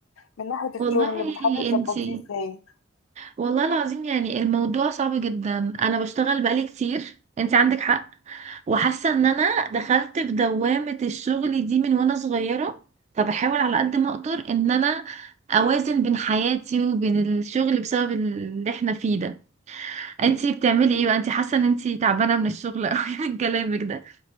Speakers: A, on the left; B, on the right.
A: من ناحيه
B: والله
A: الشغل بتحاولي تظبطيه
B: انتي
A: ازاي
B: والله العظيم يعني الموضوع صعب جدا انا بشتغل بقالي كتير انتي عندك حق وحاسه ان انا دخلت في دوامه الشغل دي من وانا صغيره فبحاول على قد ما اقدر ان انا اوازن بين حياتي وبين الشغل بسبب اللي احنا فيه ده انتي بتعملي ايه بقى انتي حاسه ان انتي تعبانه من الشغل قوي <laughs> من كلامك ده